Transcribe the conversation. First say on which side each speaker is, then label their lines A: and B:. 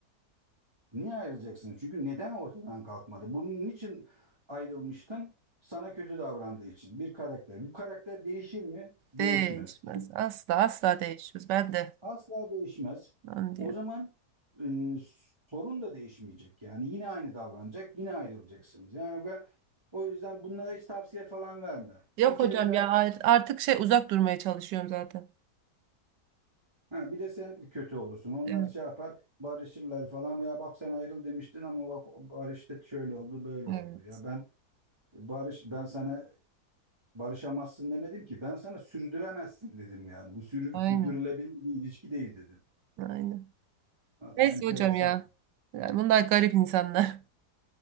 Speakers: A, on the right; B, on the right.
A: Niye ayrılacaksınız? Çünkü neden ortadan kalkmadı? Bunun için ayrılmıştın? Sana kötü davrandığı için bir karakter. Bu karakter değişir mi? Değişmez.
B: Değişmez. Asla asla değişmez. Ben de
A: Asla değişmez.
B: onu diyorum.
A: O zaman e, sorun da değişmeyecek. Yani yine aynı davranacak, yine ayrılacaksınız. Yani ve o yüzden bunlara hiç tavsiye falan verme.
B: Yok
A: Bir kez
B: hocam
A: ver,
B: ya ar- artık şey uzak durmaya çalışıyorum zaten.
A: ha, bir de sen kötü olursun. Onlar
B: Evet,
A: şey yapar, barışırlar falan. Ya bak sen ayrıl demiştin ama bak barıştık şöyle oldu, böyle
B: evet.
A: oldu. Ya ben barış ben sana barışamazsın demedim ki. Ben sana sürdüremezsin dedim yani. Bu sürü,
B: Aynen.
A: sürdürülebilir bir ilişki değil dedim.
B: Aynen.
A: Vallahi
B: Neyse
A: enteresan.
B: hocam ya. Yani bunlar garip insanlar. <laughs>